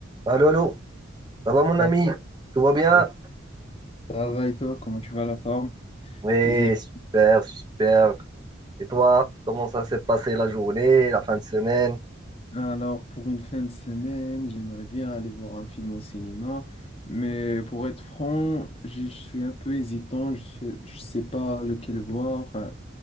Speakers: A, on the right (about 20°); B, on the left (about 30°).
A: Allô, allô, ça va mon
B: Ah,
A: ami? Tout va bien?
B: ah. Ça va et toi, comment tu vas la forme?
A: Oui,
B: Les études-
A: super, super. Et toi, comment ça s'est passé la journée, la fin de semaine?
B: Alors, pour une fin de semaine, j'aimerais bien aller voir un film au cinéma, mais pour être franc, je je suis un peu hésitant, je sais, je sais pas lequel voir. Euh,